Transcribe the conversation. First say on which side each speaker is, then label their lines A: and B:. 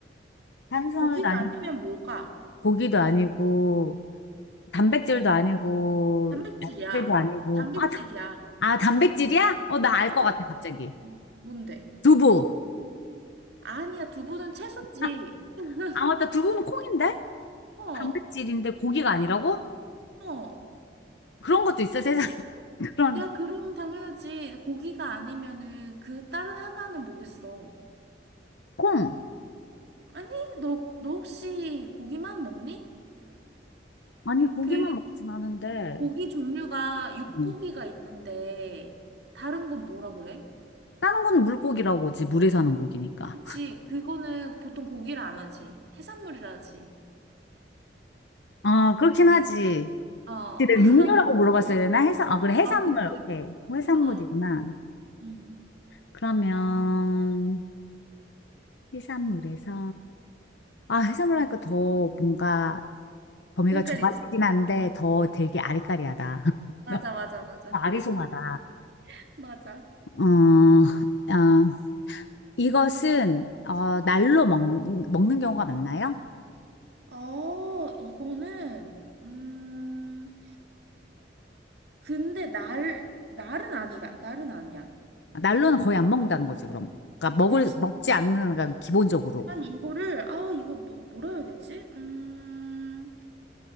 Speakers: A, on the left (about 75°); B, on the right (about 65°).
A: 탄수화물도
B: 고기가
A: 아니고
B: 아니면 뭘까?
A: 고기도 아니고 단백질도 아니고
B: 단백질이야.
A: 야채도 아니고
B: 단백질이야.
A: 아, 다- 아 단백질이야? 어 나 알
B: 어.
A: 것 같아 갑자기
B: 뭔데?
A: 두부
B: 아니야, 두부는 채소지.
A: 아,
B: <laughs>
A: 아 맞다 두부는 콩인데
B: 어,
A: 단백질인데 고기가 아니라고?
B: 어.
A: 그런 것도 있어 세상에 <laughs> 그런
B: 야, 그럼 당연하지. 고기가 아니면은 그 다른 하나는 뭐겠어?
A: 콩
B: 아니, 너, 너 혹시 고기만 먹니?
A: 아니 고기만
B: 그
A: 먹진 않은데
B: 고기 종류가 육고기가
A: 응.
B: 있는데 다른 건 뭐라 그래?
A: 다른 건 물고기라고 지 물에 사는 고기니까
B: 그치, 그거는 보통 고기를 안 하지. 해산물이라 하지.
A: 아 그렇긴 하지
B: 어,
A: 근데
B: <laughs>
A: 내가 육류라고 물어봤어야 되나? 해산 아 그래 해산물
B: 어, 그치, 그치.
A: 오케이 해산물이구나
B: 어, 음.
A: 그러면 해산물에서 아 해산물 하니까 더 뭔가 범위가
B: 더 헷갈리지?
A: 좁아지긴 한데 더 되게 아리까리하다. <laughs>
B: 맞아, 맞아, 맞아.
A: 더 아리송하다.
B: <laughs> 맞아.
A: 어, 아, 이것은 어, 날로 먹, 먹는 경우가 많나요?
B: 어, 이거는, 음, 근데 날, 날은 아니가, 날은 아니야.
A: 날로는 거의 안 먹는다는 거지, 그럼. 그러니까 먹을
B: 그치?
A: 먹지 않는 그 기본적으로.
B: 아니, 이거를, 아, 이거 또 뭐라 해야 되지? 음,